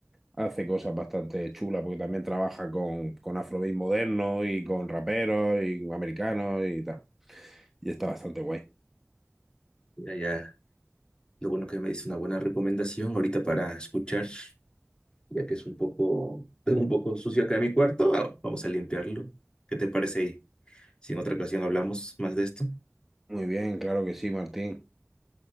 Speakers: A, in the centre; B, on the left.
A: hace cosas bastante chulas porque también trabaja con, con afrobeat moderno y con raperos y con americanos y tal. Y está bastante guay.
B: Mira, ya, lo bueno que me dice una buena recomendación ahorita para escuchar, ya que es un poco, tengo un poco sucio acá en mi cuarto, ah, vamos a limpiarlo. ¿Qué te parece? Si en otra ocasión hablamos más de esto.
A: Muy bien, claro que sí, Martín.